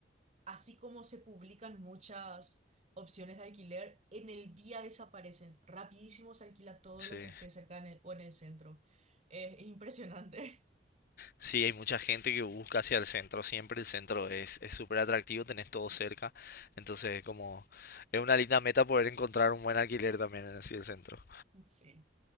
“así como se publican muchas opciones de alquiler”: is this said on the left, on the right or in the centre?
Right